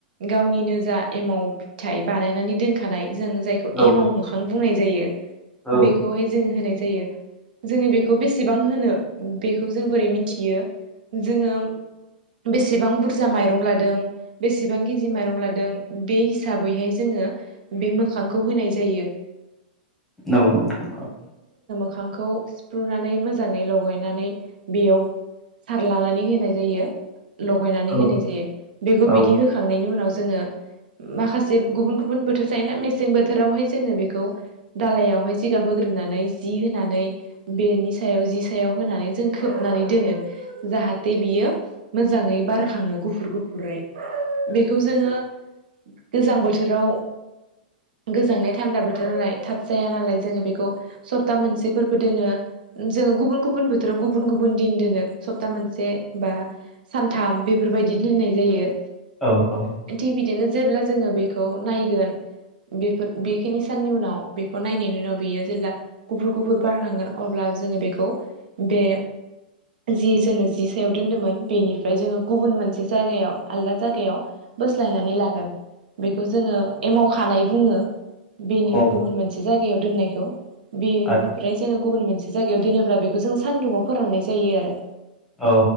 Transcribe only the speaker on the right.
गावनि निजा एमाव फिथाइ बानायनानै दोनखानाय जों जायखौ
एमाव मोखां बुंनाय जायो
बेखौहाय जोङो होनाय जायो। जोङो बेखौ बेसेबां होनो बेखौ जों बोरै मिथियो जोङो बेसेबां बुरजा माइरं लादों बेसेबां खिजि माइरं लादों बे हिसाबैहाय जोङो बे मोखांखौ होनाय जायो।
मोगांखौ सिफ्रुनानै मोजांङै लगायनानै बेयाव सारलानानै होनाय जायो लगायनानै
होनाय जायो बेखौ
बिदि होखांनायनि उनाव ज जोङो माखासे गुबुन गुबुन बोथोर थायोना मेसें बोथोरावहाय जोङो बेखौ दालाइयावहाय जिगाब होगो नानै जि होनानै बेनि सायाव जि सायाव होनानै जों खोबनानै दोनो। जाहाथे बियो मोजाङै बारखाङो गुफुर गुफुरै। बेखौ जोङो गोजां बोथोराव गोजांनाय थान्दा बोथोरालाय थाब जाया नालाय जोङो बेखौ सप्ता मोनसेफोरबो दोनो। जोङो गुबुन गुबुन बोथोराव गुबुन गुबुन दिन दोनो। सप्ता मोनसे बा सानथाम बेफोरबायदि दोननाय जायो।
थिग बिदिनो जेब्ला जोङो बेखौ नायगोन। बेफोर बेखिनि साननि उनाव बेखौ नायनायनि उनाव बेयो जेब्ला गुफुर गुफुर बारखांगोन अब्ला जोङो बेखौ बे जि जोङो जि सायाव दोनदोंमोन बेनिफ्राय जोङो गुबुन मोनसे जायगायाव आलदा जायगायाव बोस्लायनानै लागोन बेखौ जोङो एमाव खानाय बुङो। बेनि
गुबुन मोनसे जायगायाव दोननायखौ बेनिफ्राय
जोङो गुबुन मोनसे जायगायाव दोनोब्ला बेखौ जों सान्दुुंआव फोराननाय जायो आरो।